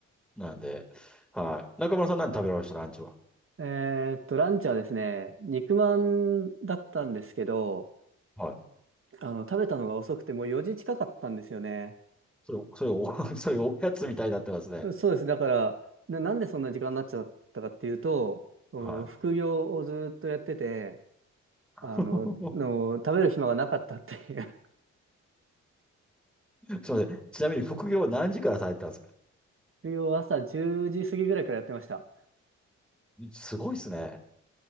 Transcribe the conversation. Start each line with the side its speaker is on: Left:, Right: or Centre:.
Centre: なんで、はい。中村さん何食べられましたランチは。
Right: あえーっと、ランチはですね、肉まんだったんですけど、
Centre: はい。
Right: あの、食べたのが遅くてもう4時近かったんですよね。
Centre: それ、それお、<laughs> それおやつみたいになってますね。
Right: そうです。だから、な、なんでそんな時間になっちゃったかっていうと、その副業をずっとやってて、
Centre: はい。<laughs>
Right: あの、の食べる暇がなかったっていう。
Centre: すみません。ちなみに副業は何時からされてたんですか
Right: <laughs> 副業を朝10時過ぎぐらいからやってました。
Centre: すごいですね。